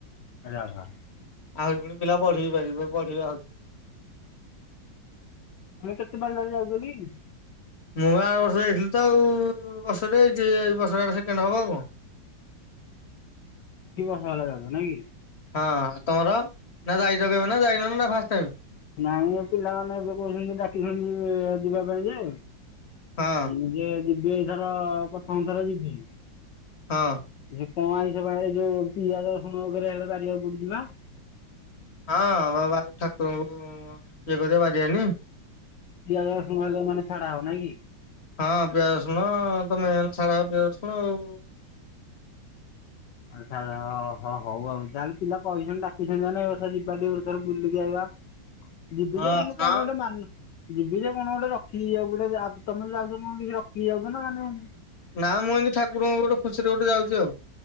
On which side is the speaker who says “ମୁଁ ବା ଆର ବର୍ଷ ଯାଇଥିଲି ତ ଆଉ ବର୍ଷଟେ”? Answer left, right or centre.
Left